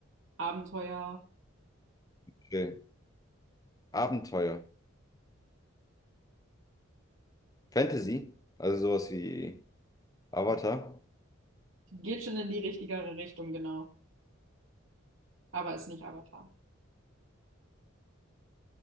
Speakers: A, on the right (about 70°); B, on the left (about 20°).
A: Abenteuer.
B: okay. Abenteuer, Fantasy, also sowas wie Avatar?
A: Geht schon in die richtigere Richtung, genau. Aber ist nicht Avatar.